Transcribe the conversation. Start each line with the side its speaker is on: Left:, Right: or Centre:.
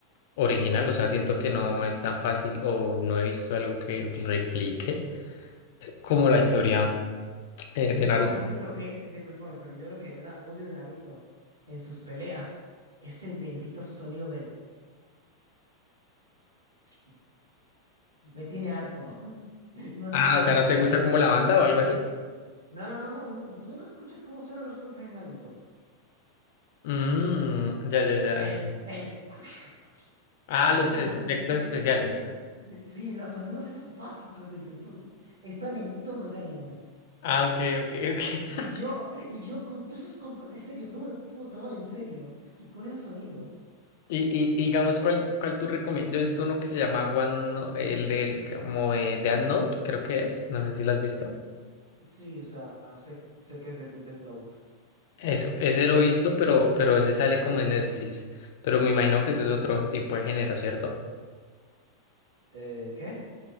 Left: original, o sea, siento que no es tan fácil o no he visto algo que replique como la historia eh, de
Right: Pero
Left: Naruto.
Right: aún así, lo que, discúlpame, pero yo lo que de verdad odio de Naruto en sus peleas es el bendito sonido del... <laughs> Me tiene harto, <laughs> no
Left: Ah,
Right: suena
Left: o sea,
Right: natural.
Left: ¿no te gusta como la banda o algo así?
Right: No, no, no, no, no, tú no escuchas cómo suenan los golpes de Naruto.
Left: Mm, ya, ya, ya.
Right: El, el... <laughs>
Left: Ah,
Right: El
Left: los
Right: esofonista,
Left: efectos
Right: mira,
Left: especiales.
Right: esos... Sí, los sonidos esos básicos de YouTube están en todo el anime.
Left: Ah, ok, ok, ok.
Right: Y
Left: <laughs>
Right: yo, y yo con todos esos combates serios, no me lo puedo tomar en serio. Con esos sonidos.
Left: Y, y, y digamos, ¿cuál, cuál tú recomiendas? Yo he visto uno que se llama One, No- el del como de Death Note, creo que es. No sé si lo has visto.
Right: Sí, o sea, sé, sé que es Death, Death Note.
Left: Eso, ese lo he visto, pero, pero ese sale como en Netflix. Pero me imagino que eso es otro tipo de género, ¿cierto?
Right: Eh, ¿qué?